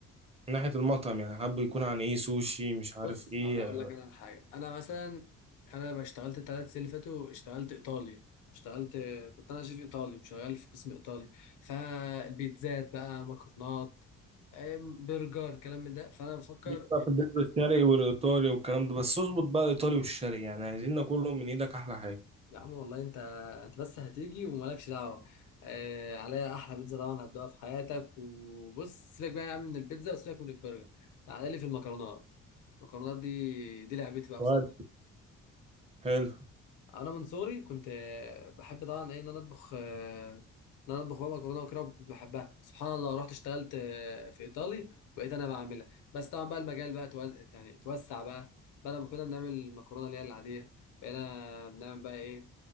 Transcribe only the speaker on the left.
بص
انا اقول لك انا على حاجه انا مثلا انا بقى اشتغلت الثلاث سنين اللي فاتوا اشتغلت ايطالي اشتغلت كنت انا شيف ايطالي وشغال في قسم ايطالي فالبيتزات بقى مكرونات أم، برجر كلام من ده فانا بفكر
يبقى
يا عم والله انت انت بس هتيجي ومالكش دعوه اه عليا احلى بيتزا طبعا هتدوقها في حياتك وبص سيبك بقى يا عم من البيتزا وسيبك من البرجر تعالى لي في المكرونات المكرونات دي دي لعبتي بقى
بصراحه.
انا من صغري كنت آه، بحب طبعا ايه ان انا اطبخ آه، ان انا اطبخ بقى مكرونه وكده وكنت بحبها سبحان الله رحت اشتغلت آه، في ايطالي بقيت انا بعملها بس طبعا بقى المجال بقى توز... يعني توسع بقى بدل ما كنا بنعمل المكرونه اللي هي العاديه بقينا بنعمل بقى ايه,